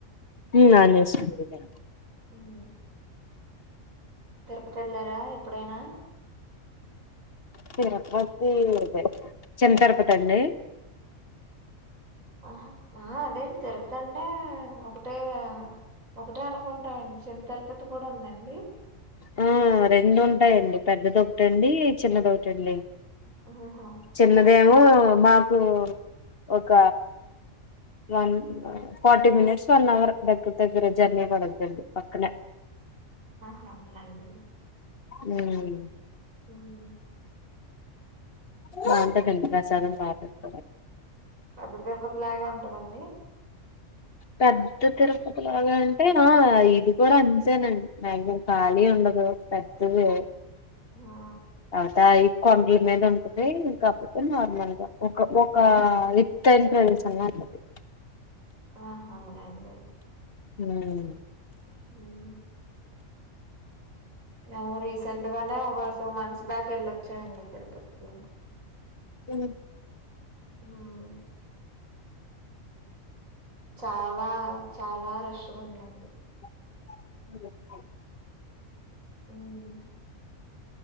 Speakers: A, on the left; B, on the right.
A: అ ఆంజనేయ స్వామి గుడి
B: హ్మ్ తిరుపతి వెళ్ళారా ఎప్పుడైనా
A: తిరపతిద చిన్న తిరపతి అండి
B: ఆహ ఆ అదే తిరపతంటే ఒకటే ఒకటే అనుకుంటాండి చిన్న తిరుపతి కూడా ఉందండి
A: హ్మ్ రెండు ఉంటాయండి పెద్దది ఒకటండి చిన్నదొకటండి
B: ఆహా
A: చిన్నదేమో మాకు ఒక one forty minutes one hour దగ్గిర దగ్గిర జర్నీ పడతది పక్కనే
B: ఆహా నండి
A: హ్మ్
B: హ్మ్
A: బాగుంటదండి ప్రసాదం బా పెడుతరు
B: పెద్ద తిరుపతి లాగే ఉంటదండి
A: పెద్ద తిరుపతి లాగా అంటే ఇది కూడా అంతేనండి మ్యాగ్జిమం ఖాళీ ఉండదు పెద్దది
B: ఆ
A: అవుతా ఇక్కడ దీని మీద ఉంటది కాకపోతే నార్మల్ గా ఒక ఒక ఎత్తైన ప్రదేశంలో ఉంటది
B: ఆహా మనం ఎల్లలేదు
A: హ్మ్
B: హ్మ్ ఆ రీసెంట్ గానే ఒక టూ మంత్స్ బ్యాక్ వెళ్ళొచ్చాండి తిరుపతికి
A: ఉ
B: హ్మ్ చాలా చాలా రష్గా ఉందండి
A: <unintelligible>
B: హ్మ్